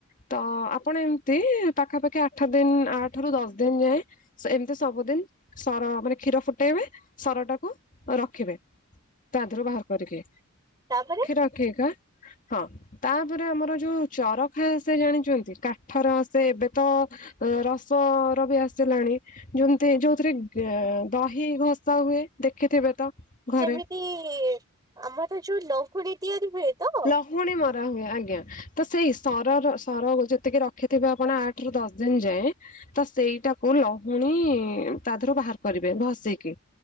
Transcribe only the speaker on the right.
ତା ପରେ।
ଯେମିତି ଆମର ଯୋଉ ଲହୁଣି ତିଆରି ହୁଏ। ତ?